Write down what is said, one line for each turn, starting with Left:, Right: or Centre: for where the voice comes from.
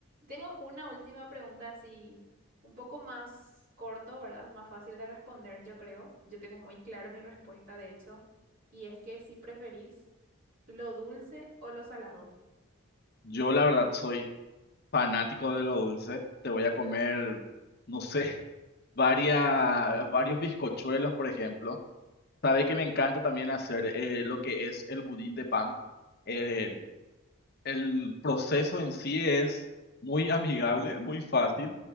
Right: Tengo una última pregunta así un poco más corto, ¿verdad? Más fácil de responder, yo creo. Yo tengo muy claro mi respuesta, de hecho, y es que si preferís lo dulce o lo salado.
Left: Yo, la verdad, soy fanático de lo dulce. Te voy a comer, no sé, <laughs> varia- varios bizcochuelos, por ejemplo. Sabe que me encanta también hacer eh, lo que es el budín de pan. Eh, El proceso en sí es muy amigable, muy fácil.